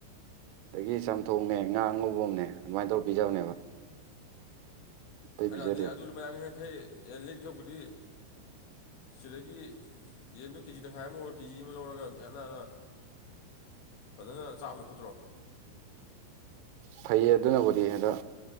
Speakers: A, on the right; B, on the left.
A: ꯑꯗꯒꯤ ꯆꯝꯊꯣꯡꯅꯦ ꯉꯥ ꯉꯧꯕꯥꯃꯥꯅꯦ ꯑꯗꯨꯃꯥꯏꯅ ꯇꯧꯔ ꯄꯤꯖꯕꯅꯦꯕ ꯑꯇꯩ
B: ꯑꯗꯨꯗꯤ
A: ꯄꯤꯖꯗꯦ
B: ꯑꯗꯨ ꯂꯨꯄꯥ ꯌꯥꯡꯈꯩ ꯌꯥꯡꯈꯩ ꯂꯩꯗꯣꯏ ꯁꯔꯨꯛꯄꯨꯗꯤ ꯁꯤꯗꯒꯤ ꯌꯦꯟꯗꯣ ꯀꯦꯖꯤ ꯇꯪꯈꯥꯏ ꯑꯃ ꯑꯣꯔ ꯀꯦꯖꯤ ꯑꯃ ꯂꯧꯔꯒ ꯒ꯭ꯌꯥꯟ ꯇꯥꯥꯟꯅ ꯐꯖꯅ ꯆꯥꯕ ꯐꯠꯇ꯭ꯔꯣ
A: ꯐꯩꯌꯦ ꯑꯗꯨꯅꯕꯨꯗꯤ ꯍꯟꯗ